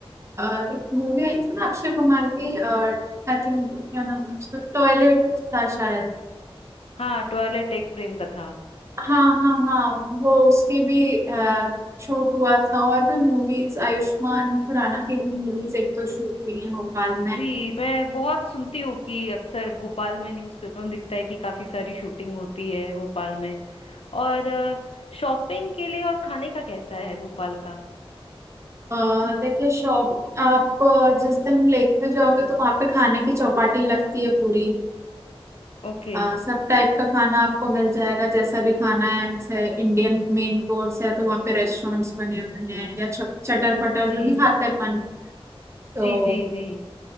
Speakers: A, on the right; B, on the left.
A: अ, एक मूवी आई थी ना अक्षय कुमार की आई थिंक क्या नाम था उसका, टॉयलेट था शायद
B: हाँ टॉयलेट एक प्रेम कथा
A: हाँ हाँ हाँ वो उसकी भी शूट हुआ था और भी मूवीज आयुष्मान खुराना की मूवीज एक तो शूट हुई है भोपाल में
B: जी मैं बहुत सुनती हूँ कि अक्सर भोपाल में न्यूज़पेपर में दिखता है कि काफी सारी शूटिंग होती है भोपाल में और शॉपिंग के लिए और खाने का कैसा है भोपाल का
A: अ, देखिए शॉप आप अ, जिस दिन लेक में जाओगे तो वहाँ पे खाने की चौपाटी लगती है पूरी
B: ओके
A: अ, सब टाइप का खाना आपको मिल जाएगा जैसा भी खाना है जैसे इंडियन मेन कोर्स है तो वहाँ पे रेस्टोरेंट्स बने हुए हैं या चटर पटर
B: जी
A: जो नहीं खाते अपन तो
B: जी जी जी